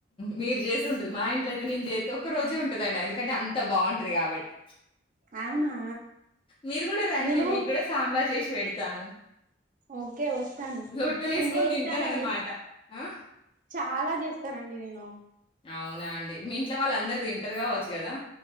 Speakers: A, on the left; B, on the right.
A: మీరు చేసి ఉంటుది మా ఇంట్లో అయితే నేను చేస్తే ఒక్క రోజే ఉంటుదండి అందుక కానీ అంత బాగుంటది కాబట్టి
B: అవునా
A: మీరు గూడా రండి.
B: నేను
A: మీకు గూడా సాంబార్ జేసి పెడతాను
B: ఓకే వస్తాను
A: రొట్టెలేసుకొని
B: నేను చేస్తానండి
A: తింటారనమాట. ఆ!
B: చాలా చేస్తానండి నేను
A: అవునా అండి మీ ఇంట్లో వాళ్ళు అందరు తింటర్గావచ్చు కదా